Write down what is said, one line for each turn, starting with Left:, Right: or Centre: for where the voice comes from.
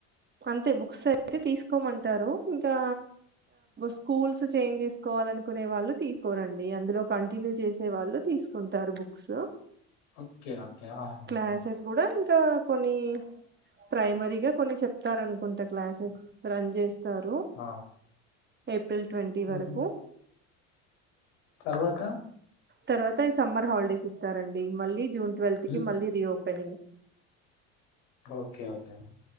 Right: అంతే బుక్స్ అయితే తీసుకోమంటారు ఇంకా స్కూల్స్ చేంజ్ చేసుకోవాలనుకునే వాళ్ళు తీసుకోరండి అందులో కంటిన్యూ చేసే వాళ్ళు తీసుకుంటారు books
Left: okay okay okay
Right: classes కూడా ఇంకా కొన్ని ప్రైమరీగా కొన్ని చెప్తారనుకుంటా క్లాసెస్ రన్ చేస్త తరు
Left: ఆ!
Right: ఏప్రిల్ ట్వంటీ
Left: హుహు.
Right: వరకు
Left: తర్వాత?
Right: తర్వాత ఈ సమ్మర్ హాలిడేస్ ఇస్తారండి మల్లి జూన్ ట్వల్త్
Left: హ్మ్.
Right: కి మళ్ళీ రీవోపన్ పెనింగ్
Left: ఓకే ఓకే